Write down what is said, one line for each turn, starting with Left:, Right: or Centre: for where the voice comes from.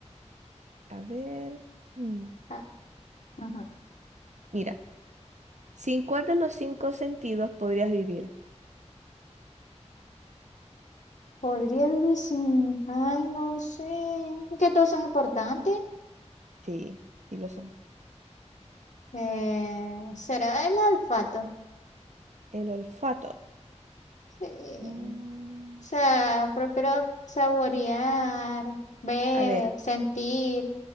Right: A ver. mm,
Left: Ah, ujú.
Right: Mira, ¿sin cuál de los cinco sentidos podrías vivir?
Left: Podría vivir sin, ay, no sé, es que todos son importantes.
Right: Sí, sí lo son.
Left: Eh, ¿será el olfato?
Right: El olfato.
Left: Sí. O
Right: Mm,
Left: sea, prefiero saborear, ver,
Right: a ver,
Left: sentir